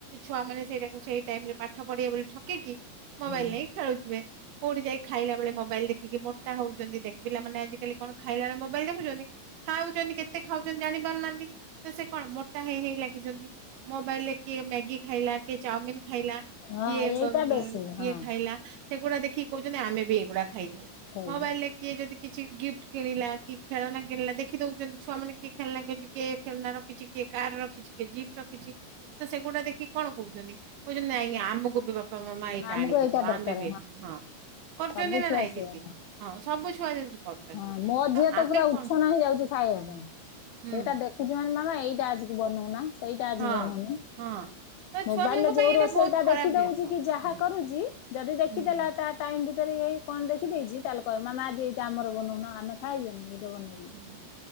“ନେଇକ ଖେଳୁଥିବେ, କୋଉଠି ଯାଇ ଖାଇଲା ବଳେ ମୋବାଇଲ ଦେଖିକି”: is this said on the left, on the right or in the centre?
Right